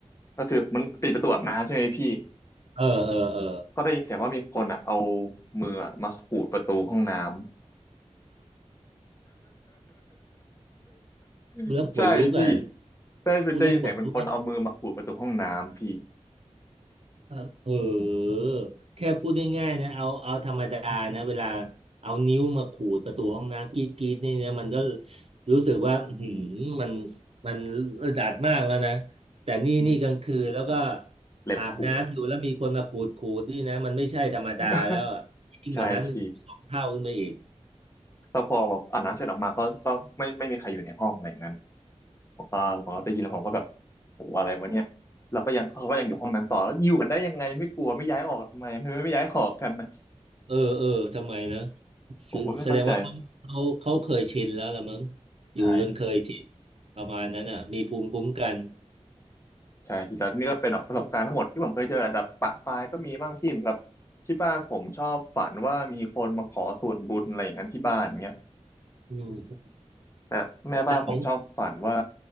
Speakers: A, on the left (about 25°); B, on the right (about 60°).
A: ก็คือมันปิดประตูอาบน้ำใช่ไหมพี่
B: เออเออเออ
A: ก็ได้ยินเสียงว่ามีคนอ่ะเอามืออะมาขูดประตูห้องน้ำ
B: พูดแล้วขนลุกอ่ะ
A: <laughs> ใช่พี่ได้ได้ยินเสียงเป็นคนเอามือมาขูดประตูห้องน้ำพี่
B: พูดแล้วขนลุกอ่ะเออเออแค่พูดง่ายๆนะเอาเอาธรรมดานะเวลาเอานิ้วมาขูดประตูห้องน้ำกรีดกรีดนี่นะมันก็รู้สึกว่าอื้อหืมมันมันอึดอัดมากแล้วนะแต่นี่นี่กลางคืนแล้วก็
A: ดิแบบเล็บขูด
B: อาบน้ำอยู่แล้วมีคนมาขูดขูดนี่นะมันไม่ใช่ธรรมดาแล้วอะยิ่งกว่านั้นสองเท่าขึ้นไปอีก
A: <laughs> ใช่พี่ แล้วพอแบบอาบน้ำเสร็จออกมาก็ก็ไม่ไม่มีใครอยู่ในห้องอะไรอย่างนั้นผมก็ผมก็ได้ยินแล้วผมก็แบบ
B: โอ้
A: โอ้โหอะไรวะเนี่ยเราก็ยังเขาก็ยังอยู่ห้องนั้นต่อแล้วอยู่กันได้ยังไงไม่กลัวไม่ย้ายออกทำไมทำไมไม่ย้ายออกกันนะ
B: เออเออทำไมนะแสแสดงว่าเขาเขาเขาเคยชินแล้วละมั้ง
A: ผมก็ไม่เข้าใจใช่
B: อยู่จนเคยชินประมาณนั้นอ่ะมีภูมิคุ้มกัน
A: ใช่แต่นี่ก็เป็นแบบประสบการณ์ทั้งหมดที่ผมเคยเจอแหละแต่ปะปายก็มีบ้างที่แบบที่บ้านผมชอบฝันว่ามีคนมาขอส่วนบุญอะไรอย่างนั้นที่บ้านอย่างเงี้ย
B: อืม
A: แบบแม่บ้านผมชอบฝันว่า
B: แต่ของ